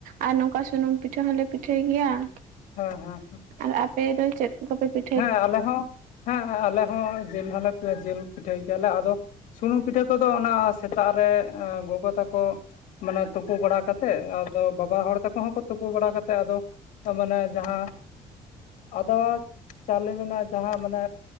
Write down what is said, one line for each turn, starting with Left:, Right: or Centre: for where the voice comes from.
Right: ᱟᱨ ᱱᱚᱝᱠᱟ ᱥᱩᱱᱩᱢ ᱯᱤᱴᱷᱟᱹ ᱦᱚᱸᱞᱮ ᱯᱤᱴᱷᱟᱹᱭ ᱜᱮᱭᱟ ᱾
Left: ᱦᱮᱸ ᱦᱮᱸ ᱾
Right: ᱟᱨ ᱟᱯᱮ ᱫᱚ ᱪᱮᱫ ᱠᱚ ᱯᱮ ᱯᱤ
Left: ᱦᱮᱸ ᱟᱞᱮ ᱦᱚᱸ, ᱦᱮᱸ ᱦᱮᱸ ᱟᱞᱮ ᱦᱚᱸ ᱡᱤᱞ ᱦᱚᱸ ᱞᱮ ᱡᱤᱞ ᱯᱤᱴᱷᱟᱹᱭ ᱜᱮᱭᱟᱞᱮ ᱟᱫᱚ, ᱥᱩᱱᱩᱢ ᱯᱤᱴᱷᱟᱹ ᱠᱚᱫᱚ ᱚᱱᱟ ᱥᱮᱛᱟᱜ ᱨᱮ ᱮᱸ ᱜᱚᱜᱚ ᱛᱟᱠᱚ ᱢᱟᱱᱮ ᱛᱳᱯᱳ ᱵᱟᱲᱟ ᱠᱟᱛᱮᱫ, ᱟᱫᱚ ᱵᱟᱵᱟ ᱦᱚᱲ ᱛᱟᱠᱚ ᱦᱚᱸᱠᱚ ᱛᱳᱯᱳ ᱵᱟᱲᱟ ᱠᱟᱛᱮᱜ ᱟᱫᱚ ᱫᱚ ᱢᱟᱱᱮ ᱡᱟᱦᱟᱸ, ᱟᱫᱣᱟ ᱪᱟᱣᱞᱮ ᱨᱮᱱᱟᱜ ᱡᱟᱦᱟᱸ ᱢᱟᱱᱮ,